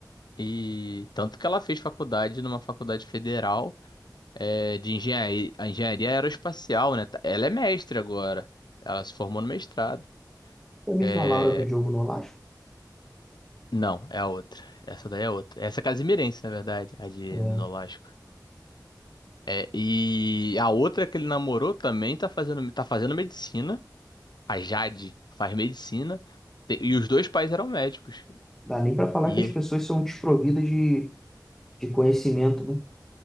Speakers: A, on the left; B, in the centre.
A: E tanto que ela fez faculdade numa faculdade federal eh, de engenharia, engenharia aeroespacial, né? Ela é mestre agora. Ela se formou no mestrado.
B: a mesma
A: é
B: Laura do Diogo Nolasco.
A: não, é a outra. Essa daí é outra. Essa é casimirense, na verdade, a de
B: É,
A: Nolasco. É, e a outra que ele namorou também tá fazendo, tá fazendo medicina. A Jade faz medicina. Te- E os dois pais eram médicos.
B: dá nem para falar
A: E
B: que as
A: é,
B: pessoas são desprovidas de, de conhecimento, né?